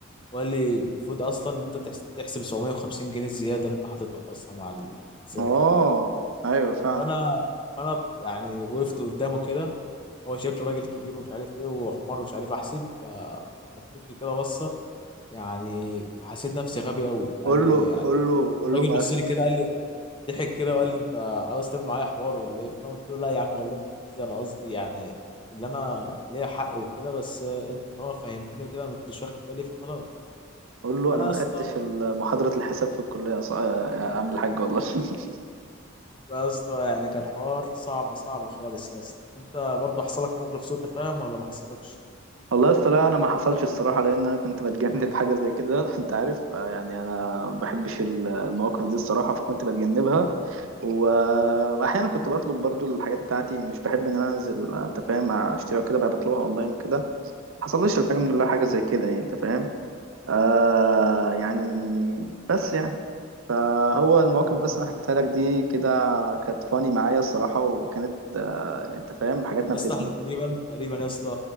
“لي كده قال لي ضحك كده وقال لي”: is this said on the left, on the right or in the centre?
Left